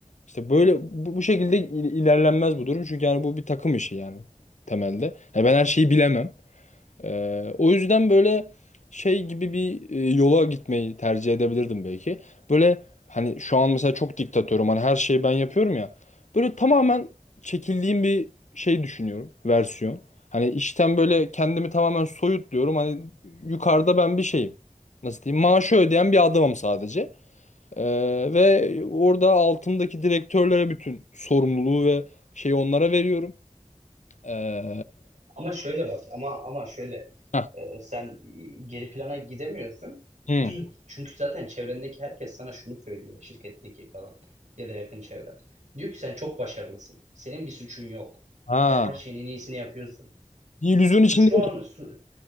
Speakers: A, on the left; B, on the right.
A: İşte böyle bu, bu şekilde il- ilerlenmez bu durum. Çünkü yani bu bir takım işi yani temelde. Yani ben her şeyi bilemem. Ee, o yüzden böyle şey gibi bir e, yola gitmeyi tercih edebilirdim belki. Böyle hani şu an mesela çok diktatörüm hani her şeyi ben yapıyorum ya. Böyle tamamen çekildiğim bir şey düşünüyorum versiyon. Hani işten böyle kendimi tamamen soyutluyorum. Hani yukarıda ben bir şeyim. Nasıl diyeyim? Maaşı ödeyen bir adamım sadece. Ee, ve orada altımdaki direktörlere bütün sorumluluğu ve şeyi onlara veriyorum. Ee,
B: Ama şöyle bak ama ama şöyle
A: Heh.
B: e, sen e, geri plana gidemiyorsun.
A: Hı.
B: <clears throat> Çünkü zaten çevrendeki herkes sana şunu söylüyor şirketteki falan ya da yakın çevren. Diyor ki sen çok başarılısın. Senin bir suçun yok.
A: Ha.
B: Sen her şeyin en iyisini yapıyorsun.
A: Bir illüzyon içinde.
B: Suçlu olan, su-